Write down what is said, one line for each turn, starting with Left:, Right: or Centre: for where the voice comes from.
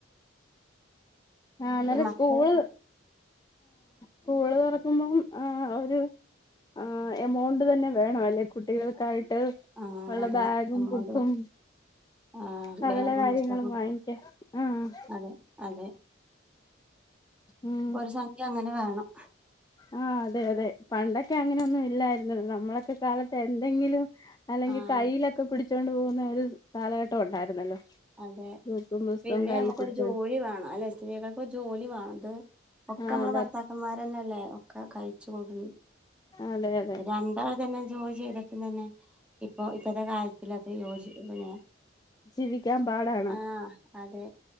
Left: ആഹ് ഇന്നലെ
Centre: ഈ മക്കള്
Left: സ്കൂൾ. സ്കൂൾ തുറക്കുമ്പോ ആ ഒരു ആഹ് എമൗണ്ട് തന്നെ വേണം അല്ലെ കുട്ടികൾക്കായിട്ട്.
Centre: ആഹ്
Left: അവരുടെ
Centre: അതെ
Left: ബാഗും
Centre: എമൗണ്ട്
Left: ബുക്കും.
Centre: ആഹ്
Left: സകല
Centre: ബാഗും
Left: കാര്യങ്ങളും
Centre: പുസ്തകവും
Left: വാങ്ങിക്കാൻ ആഹ്
Centre: അതെ അതെ
Left: ഉം
Centre: ഒരു സംഖ്യ അങ്ങനെ വേണം.
Left: ആഹ് അതെ അതെ പണ്ടൊക്കെ അങ്ങനൊന്നും ഇല്ലായിരുന്നു നമ്മളൊക്കെ കാലത്ത് എന്തെങ്കിലും അല്ലെങ്കിൽ
Centre: ആഹ്
Left: കൈയിലൊക്കെ പിടിച്ചോണ്ട് പോകുന്ന ഒരു കാലഘട്ടം ഉണ്ടായിരുന്നല്ലോ.
Centre: അതെ.
Left: ബുക്കും പുസ്തകവും
Centre: പിന്നെ
Left: കൈ
Centre: നമ്മക്കൊരു
Left: പിടിച്ചോണ്ട്
Centre: ജോലി വേണം അല്ലെ സ്ത്രീകൾക്ക് ജോലി വേണം ഇത് ഒക്കെ
Left: ആഹ്
Centre: നമ്മള് ഭർത്താ
Left: അത
Centre: ക്കൻമാരന്നല്ലേ ഒക്കെ കഴിച്ച് കൂട്ട്
Left: അതെ അതെ
Centre: <unintelligible> അല തന്നെ ജോലി ചെയ്തിട്ടും തന്നെ ഇപ്പൊ ഇപ്പത്തെ കാലത്തിൽ അത് യോജി പിന്നെ
Left: ജീവിക്കാൻ പാടാണ്
Centre: ആഹ് അതെ